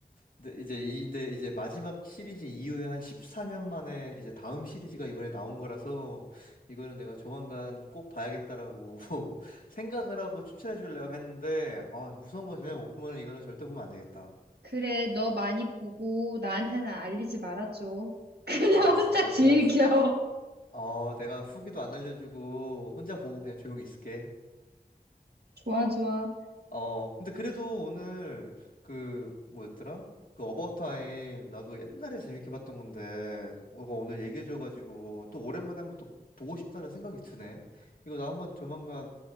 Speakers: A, on the left; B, on the right.
A: 근데 이제 이 근데 이제 마지막 시리즈 이후에 한 14년 만에 이제 다음 시리즈가 이번에 나온 거라서 이거는 내가 조만간 꼭 봐야겠다라고 <laughs> 생각을 하고 추천해 주려고 했는데 아, 무서운 거 전혀 못 보면 이거는 절대 보면 안 되겠다.
B: 그래, 너 많이 보고 나한테는 알리지 말아줘. <laughs> 그냥
A: 알았어.
B: 혼자 즐겨.
A: 내가 후- 어, 내가 후기도 안 알려주고 혼자 보고 그냥 조용히 있을게.
B: <laughs> 좋아, 좋아.
A: 어, 근데 그래도 오늘 그 뭐였더라? 그 어바웃 타임 나도 옛날에 재밌게 봤던 건데 너가 오늘 얘기해줘가지고 또 오랜만에 한번 또 보고 싶다는 생각이 드네. 이거 나 한번 조만간